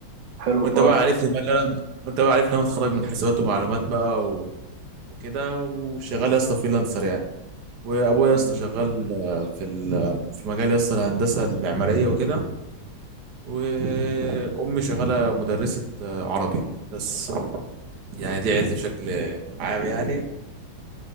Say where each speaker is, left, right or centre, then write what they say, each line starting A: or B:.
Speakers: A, on the right; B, on the right.
A: حلو
B: وانت
A: خالص
B: بقى عارفني بقى اللي انا وانت بقى عارفني انا متخرج من حسابات ومعلومات بقى و... وكده وشغال يا اسطى فريلانسر يعني وابويا
A: تمام
B: يا اسطى شغال آه، في ال... في مجال يا اسطى الهندسه المعماريه وكده وامي شغاله مدرسه آه، عربي بس يعني دي عيلتي بشكل عام يعني